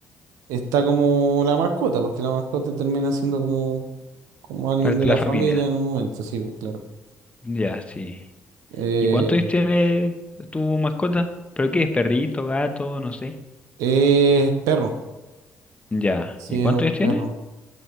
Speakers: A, on the right; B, on the left.
A: está como la mascota, porque la mascota termina siendo como, como alguien
B: Parte
A: de la
B: de la familia.
A: familia en un momento, sí, pues, claro.
B: Ya, sí.
A: Eh,
B: ¿Y cuántos años tiene tu mascota? ¿Pero qué es? ¿Perrito, gato? No sé.
A: es perro,
B: Ya.
A: sí,
B: ¿Y cuántos
A: es un
B: años tiene?
A: perro.